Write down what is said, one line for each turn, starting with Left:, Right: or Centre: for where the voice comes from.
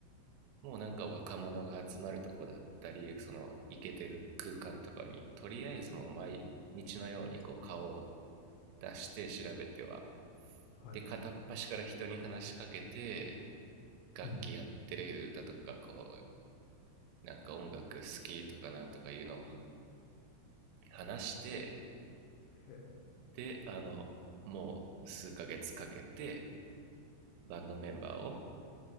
Right: もうなんか若者が集まるとこだったり、そのイケてる空間とかに、とりあえずもう毎日のようにこう顔を出して調べては、
Left: はい。
Right: で、片っ端から人に話しかけて、楽器やってるだとか、
Left: うん。
Right: こう、なんか音楽好きとかなんとかいうのを話して、
Left: へえ、
Right: で、あの、もう数ヶ月かけてバンドメンバーを